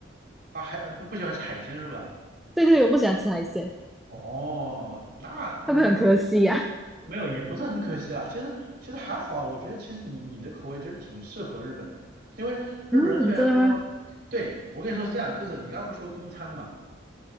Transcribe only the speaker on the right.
啊还不不喜欢吃海鲜是吧？
哦，那嗯
没有也不是很可惜啦，其实其实还好啊，我觉得其实你你的口味其实挺适合日本的，因为日本人虽然说，
对我跟你说是这样，就是你刚刚不是说中餐嘛，